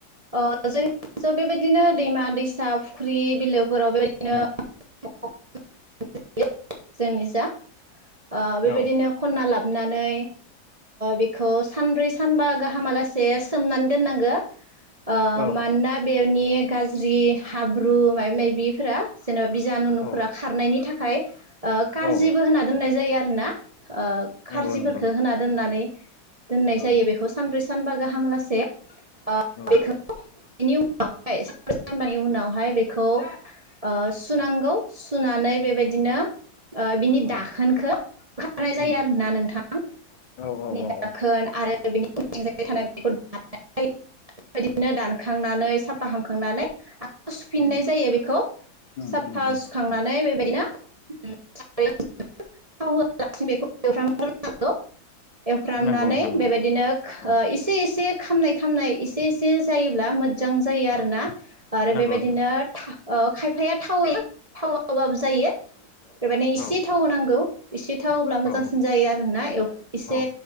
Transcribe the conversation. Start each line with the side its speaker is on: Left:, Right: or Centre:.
Right: अ जोंनि <unintelligible> बेबायदिनो दैमा दैसा फुख्रि बिलो फोराव बेबायदिनो
Left: उम
Right: <unintelligible> जोंनि जा ओ बेबायदिनो
Left: औ
Right: खनना लाब नानै बेखौ सानब्रै सानबा गाहामालासे सोमनानै दोननांगो। ओ
Left: औ
Right: मानोना बेनि गाज्रि हाब्रु माबे माबिफोरा जेन'बा बिजानुुनुफोरा
Left: औ
Right: खारनायनि थाखाय खाय ओ खारजिबो
Left: औ औ
Right: होना दोननाय जायो आरो। फोरना ओ
Left: नंगौ
Right: खारजिफोरखो
Left: नंगौ
Right: होना दोननानै दोननाय
Left: औ
Right: जायो बेखौ सानब्रै सानबा गाहामलासे ओ
Left: औ
Right: बेखौ इनि उन उनावहाय सान्ब्रै सानबानि उनाव ओमफाय बेखौ ओ सुनांगौ
Left: औ
Right: सुनानै बेबायदिनो ओ बिनि
Left: उम
Right: दाखोनखो होखारनाय जायो
Left: उम
Right: आरोना नोंथां बिनि
Left: औ औ औ
Right: दाखोन
Left: औ
Right: आ आरो बिनि उन्थिंजाय थानाय बेखौ <unintelligible> बेबायदिनो दानखांनानै साफा खांनानै खौ सुफिननाय
Left: उम
Right: जायो बेखौ
Left: उम
Right: साफा
Left: उम उम
Right: सुखांनानै
Left: उम
Right: बेबायदिनो <unintelligible> बेखौ होआलासि बेखौ एवफ्राम ग्रोनांगौ। एवफ्रामनानै
Left: नंगौ नोंथां नंगौ
Right: बेबायदिनो खो
Left: औ
Right: एसे एसे खामनाय खामनाय इस एसे एसे जायोब्ला मोजां जायो
Left: औ
Right: आरोना आरो
Left: नंगौ
Right: बेबायदिनो
Left: नोंथां
Right: था अ खायफाया थावै थावाबाबो जायो। बेबादिनो
Left: औ
Right: एसे थाव होनांगौ। एसे थाव होब्ला मोजांसिन
Left: औ
Right: जायो आरो ना एव एसे
Left: औ